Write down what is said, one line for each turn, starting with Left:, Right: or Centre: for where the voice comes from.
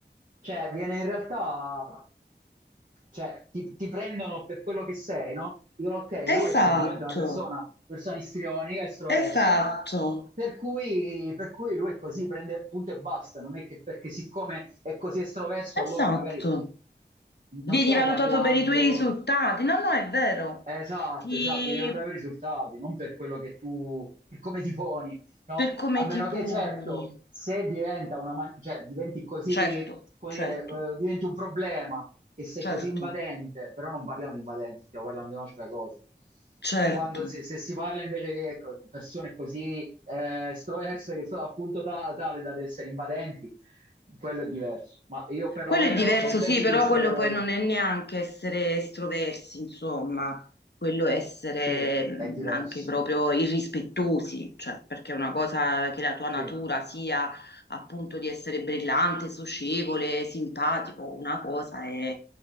Right: Cioè, viene in realtà, cioè, ti, ti prendono per quello che sei, no? Dicono, ok, lui
Left: esatto,
Right: è semplicemente una persona, persona istrionica, estroversa,
Left: esatto.
Right: per cui, per cui lui è così, prende punto e basta. Non è che perché siccome è così estroverso,
Left: Esatto,
Right: allora magari
Left: vieni
Right: non stiamo
Left: valutato
Right: parlando
Left: per i tuoi risultati. No, no, è vero.
Right: Esatto,
Left: Ti...
Right: esatto, vieni valutato per i risultati, non per quello che tu, per come ti poni, no?
Left: Per come
Right: A meno
Left: ti poni.
Right: che, certo, se diventa una, ma- cioè, diventi così,
Left: Certo,
Right: come dire,
Left: certo,
Right: eh, diventi un problema, che sei
Left: certo,
Right: così invadente, però non parliamo di invadenti, stiamo parlando di un'altra cosa.
Left: certo.
Right: Quando, se, se si parla invece di ecco, persone così eh, estroverse che sono appunto ta- tale da essere invadenti, quello è diverso. Ma io perlomeno
Left: Quello è diverso,
Right: no- non penso
Left: sì, però
Right: di essere
Left: quello
Right: invadente.
Left: poi non è neanche essere estroversi, insomma, quello è essere
Right: Sì,
Left: mh,
Right: è diverso.
Left: anche proprio irrispettosi, cioè, perché è una cosa che la tua
Right: Sì.
Left: natura sia appunto di essere brillante, socievole, simpatico, una cosa è